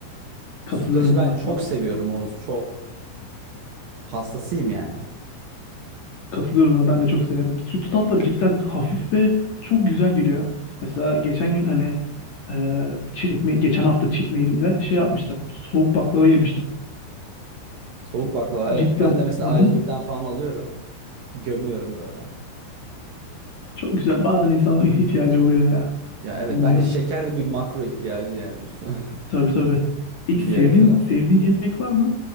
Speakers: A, on the left; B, on the right.
A: katılıyorum
B: Sütlacı ben
A: buna.
B: çok
A: Vallahi
B: seviyorum Oğuz çok. Hastasıyım yani.
A: katılıyorum buna ben de çok severim. Sütlü tatlar cidden hafif ve çok güzel geliyor. Mesela geçen gün hani e, çitme, geçen hafta çitmeyelimde şey yapmıştım. Soğuk baklava yemiştim.
B: Soğuk baklava
A: Cidden
B: evet ben de mesela
A: hı hı.
B: a yüz birden falan alıyorum. Gömüyorum böyle.
A: Çok güzel. Bazen insanın <laughs> ihtiyacı oluyor ya.
B: Ya evet
A: Bilmiyorum.
B: bence şeker de bir makro ihtiyacı yani vücudun
A: Tabii tabii. E,
B: <laughs> bir
A: sevdiğin
B: yere kadar.
A: sevdiğin yemek var mı?